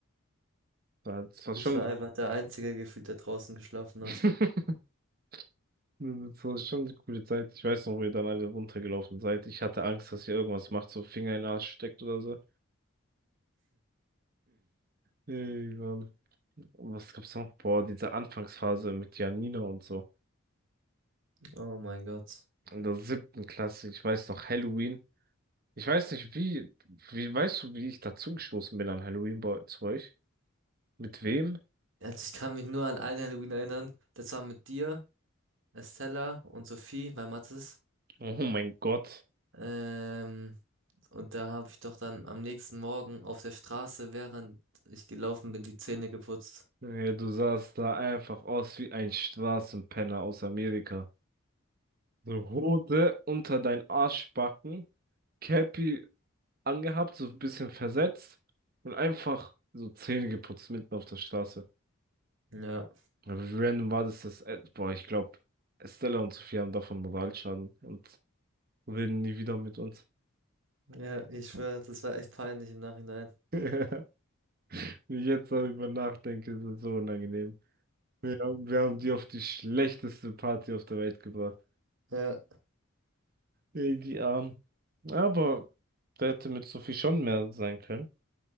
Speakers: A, on the right; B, on the right.
A: Das war
B: ich
A: schon,
B: war einfach der Einzige gefühlt, der draußen geschlafen
A: <laughs>
B: hat.
A: das war schon eine coole Zeit. Ich weiß noch, wie ihr dann alle runtergelaufen seid. Ich hatte Angst, dass ihr irgendwas macht, so Finger in den Arsch steckt oder so. Egal. Was gab's noch? Boah, diese Anfangsphase mit Janina und so.
B: Oh mein Gott.
A: In der siebten Klasse, ich weiß noch, Halloween. Ich weiß nicht, wie, wie, weißt du, wie ich dazugestoßen bin an Halloween bei zu euch? Mit wem?
B: Also ich kann mich nur an ein Halloween erinnern, das war mit dir, Estella und Sophie, mein Mattes.
A: Oh mein Gott.
B: Ähm, und da habe ich doch dann am nächsten Morgen auf der Straße, während ich gelaufen bin, die Zähne geputzt.
A: Ey, du sahst da einfach aus wie ein Straßenpenner aus Amerika. So Hose unter dein Arschbacken, Cappy angehabt, so ein bisschen versetzt und einfach so Zähne geputzt mitten auf der Straße.
B: Ja,
A: Aber Wie random war das, dass, äh, boah, ich glaube, Estella und Sophie haben davon Moralschaden und reden nie wieder mit uns.
B: ja, ich schwöre, das war echt peinlich im Nachhinein.
A: <laughs> Wenn ich jetzt darüber nachdenke, ist es so unangenehm. Wir haben, wir haben die auf die schlechteste Party auf der Welt gebracht.
B: Ja,
A: Ey, die Armen. Aber da hätte mit Sophie schon mehr sein können.